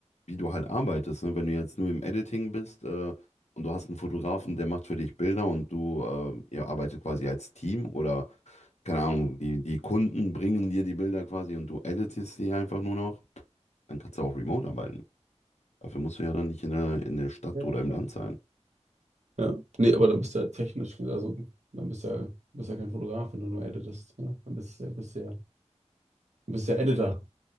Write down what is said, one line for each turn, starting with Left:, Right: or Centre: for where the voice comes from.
Left: wie du halt arbeitest. Ne? Wenn du jetzt nur im Editing bist äh, und du hast einen Fotografen, der macht für dich Bilder und du, äh, ihr arbeitet quasi als Team oder, keine Ahnung, die, die Kunden bringen dir die Bilder quasi und du editest die einfach nur noch, dann kannst du auch remote arbeiten. Dafür musst du ja dann nicht in der, in der Stadt
Right: Ja.
Left: oder im Land sein.
Right: Ja. Nee, aber da bist du ja technisch, also dann bist du ja, bist ja kein Fotograf, wenn du nur editest. Ne? Dann bist du ja, bist du ja Du bist ja Editor.